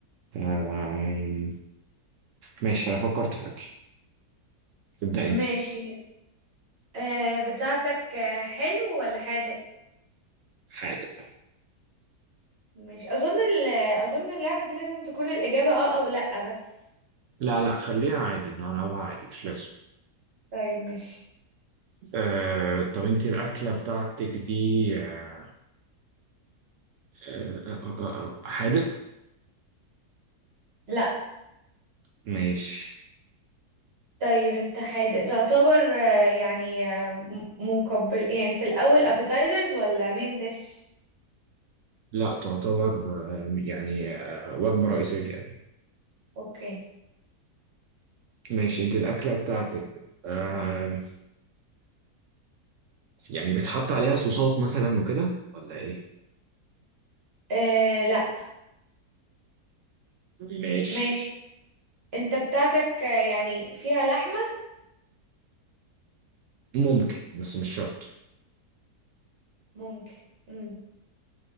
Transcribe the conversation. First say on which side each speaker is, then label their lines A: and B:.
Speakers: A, on the right; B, on the right.
A: آه... ماشي أنا فكرت في أكل ابدأ أنت
B: ماشي آه بتاعتك آه، حلو ولا حادق
A: حاجة
B: ماشي اظن ال- اظن اللعبة دي لازم تكون الإجابة اه او لا بس
A: لا لا خليها عادي نلعبها عادي مش لازم
B: طيب ماشي
A: آه... طب أنت الأكلة بتاعتك دي آه... آه... آه... آه... حادق
B: لا
A: ماشي
B: طيب انت حادق تعتبر آه، يعني آه، م- مقبل يعني في الاول appetizers ولا مين ديش
A: لا تعتبر آه... يعني آه... وجبة رئيسية
B: اوكي
A: ماشي أنت الأكلة بتاعتك آه... يعني بتحط عليها صوصات مثلا وكده ولا إيه
B: آه لا
A: ماشي
B: ماشي انت بتاعتك آه، يعني فيها لحمة
A: ممكن بس مش شرط
B: ممكن مم.